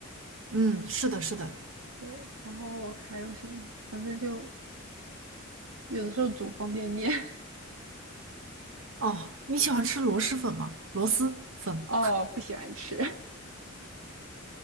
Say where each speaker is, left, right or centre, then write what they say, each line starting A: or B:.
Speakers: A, on the right; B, on the right.
A: 嗯，是的，是的。
B: <laughs> 对，然后还有什么？反正就有的时候煮方便面，
A: 哦，你喜欢吃螺蛳粉吗？螺蛳粉？
B: <laughs> 哦，不喜欢吃。